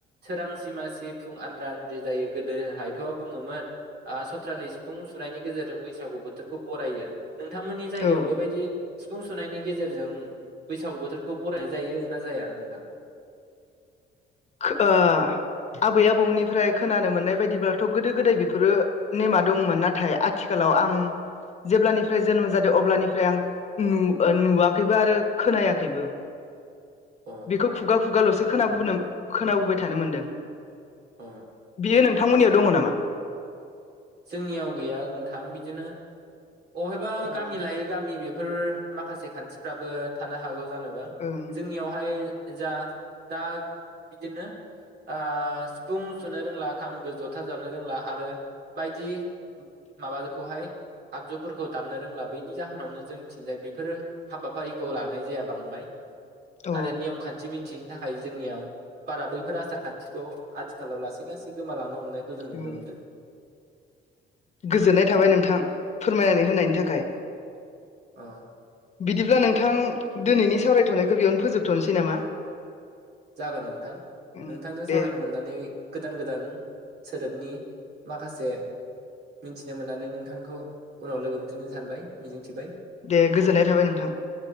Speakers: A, on the right; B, on the left.
A: सोरां सिमासि फुं आद्रान <unintelligible> जायो गोदोहायथ' बुङोमोन आ सथ्रालि सिफुं सुनायनि गेजेरजों बैसागु बोथोरखौ बरायो। नोंथांमोननि जायगायाव
B: औ
A: बेबायदि सिफुं सुनायनि गेजेरजों बैसागु बोथोरखौ बरायनाय जायो ना जाया नोंथां?
B: खो ओ आबै आबौनिफ्राय खोनानो मोननाय बायदिब्लाथ' गोदो गोदाय बेफोरो नेमा दंमोन। नाथाय आथिखालाव आं जेब्लानिफ्राय जोनोम जादों अब्लानिफ्राय आं नु ओ नुवाखैबो आरो खोनायाखैबो।
A: अ
B: बेखौ खुगा खुगाल'सो खोना <unintelligible> खोनाबोबाय थानो मोनदों।
A: अ
B: बियो नोंथांमोननियाव दङ' नामा?
A: जोंनियाव गैया नोंथां बिदिनो अहायबा
B: औ ओं
A: गामि लायो गामि बे गोर माखासे खान्थिफ्राबो थानो हागौ जानोबा
B: ओं
A: जोंनियावहाय जा दा बिदिनो आ सिफुं सुनो रोंला खाम जथा जाबनो रोंला आरो बायदि माबाखौहाय आगजुफोरखौ दामनो रोंला बैनि जाहोनावनो जोंथिंजाय बेफोर हाबाफारिखौ लानाय जाया बांद्राय
B: अ
A: आरो नियम खान्थि मिथिं थाखाय जोंनियाव बारा बैफोर आसार खान्थिखौ आथिखालाव लासै लासै गोमालांनो हमनायखौ जों नुनो
B: ओं
A: मोनदों
B: गोजोननाय थाबाय नोंथां फोरमायनानै होनायनि थाखाय
A: अ'
B: बिदिब्ला नोंथां दिनैनि सावरायथ'नायखौ बेयावनो फोजोबथ'नोसै नामा
A: जागोन नोंथां
B: उम
A: नोंथांजों
B: दे
A: सावरायनो मोननानै गोदान गोदान सोदोबनि माखासे मिथिनो मोननानै नों नोंथांखौ उनाव लोगो मोनफिनगोन सानबाय मिजिं थिबाय
B: दे गोजोननाय थाबाय नोंथां